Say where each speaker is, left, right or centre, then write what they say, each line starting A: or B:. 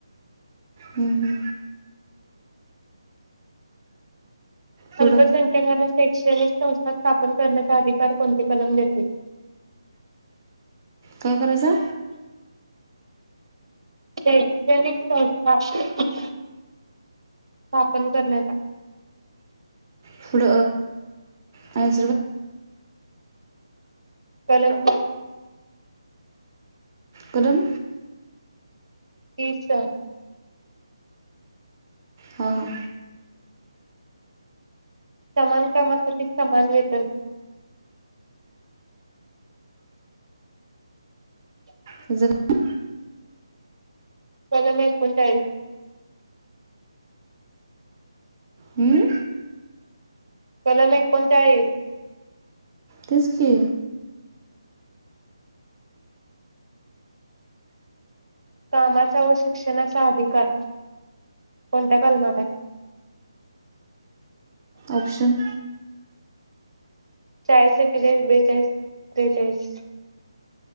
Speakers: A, on the right; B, on the right.
A: हं, हं. पुढं
B: अल्पसंख्यांक शैक्षणिक संस्था स्थापन करण्याचा अधिकार कोणते कलम देते.
A: काय करायचा
B: शैक्षणिक संस्था स्थापन करण्याचा.
A: पुढ <inaudible> काय
B: कलम
A: कलम
B: तीस
A: हा हा
B: समान कामासाठी समान वेतन
A: त्याचं काय
B: कलम एकोणचाळीस
A: हम्म
B: कलम एकोणचाळीस
A: तेचकी,
B: कामाचा व शिक्षणाचा अधिकार कोणत्या कलमात आहे?
A: ऑप्शन,
B: चाळीस एकेचाळीस बेचाळीस त्रेचाळीस